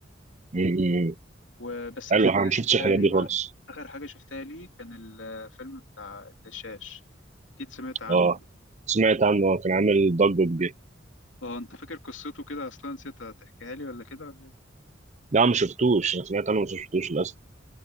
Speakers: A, on the right; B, on the left.
A: امم أمم. إمم.
B: وبس
A: حلو
B: آخر
A: انا
B: حاجة
A: ما شفتش
B: شفتها
A: الحاجات
B: لي
A: دي
B: بقى
A: خالص
B: آخر حاجة شفتها لي كان الفيلم بتاع الدشاش أكيد سمعت عنه
A: اه سمعت عنه كان عامل ضجه كبيره
B: اه انت فاكر قصته كده اصلا نسيت تحكيها لي ولا كده ولا ايه
A: لا ما شفتوش انا سمعت عنه بس ما شفتوش للاسف